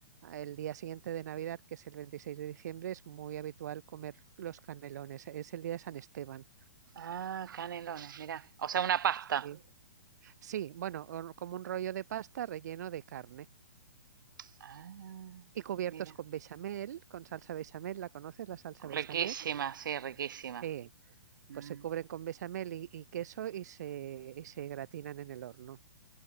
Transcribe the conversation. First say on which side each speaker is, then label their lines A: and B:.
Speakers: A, on the right; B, on the right.
A: el día siguiente de Navidad, que es el 26 de diciembre, es muy habitual comer los canelones, es el día de San Esteban.
B: Ah, canelones, mirá. O sea, una pasta.
A: Sí, Sí, bueno, o- como un rollo de pasta relleno de carne
B: Ah,
A: y cubiertos
B: mira.
A: con bechamel, con salsa bechamel, ¿la conoces, la salsa bechamel?
B: Riquísima, sí, riquísima.
A: Sí.
B: Mm.
A: pues se cubren con bechamel y, y queso y se, y se gratinan en el horno.